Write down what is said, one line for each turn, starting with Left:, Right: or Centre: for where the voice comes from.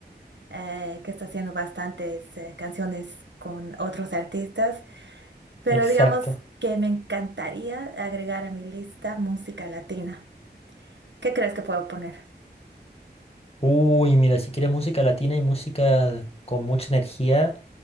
Right: eh, que está haciendo bastantes eh, canciones con otros artistas, pero
Left: exacto.
Right: digamos que me encantaría agregar a mi lista música latina. ¿Qué crees que puedo poner?
Left: Uy, mira, si quieres música latina y música con mucha energía,